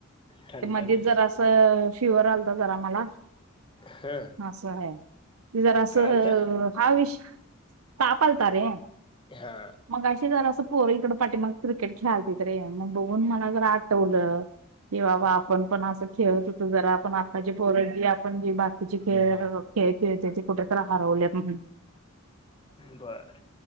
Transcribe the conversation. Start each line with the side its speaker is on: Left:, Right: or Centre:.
Left: ठणठणीत
Right: ते मध्येचं जरासं फिवर आलता जरा मला
Left: हा
Right: आसं हाय जरासं
Left: काय आलतं
Right: हा विश ताप आलता रे.
Left: हा.
Right: मगाशी जरा असं पोरं इकडं पाठी माग क्रिकेट खेळालतीत रे मग बघून मला जरा आठवलं. कि बाबा आपण पण असं खेळत होतो जरा आपण आत्ताची पोर जी आपण जी बाकीची खेळ
Left: बर
Right: खेळ खेळ त्यात ते कुठे तर हारवल्यात म्ह
Left: बर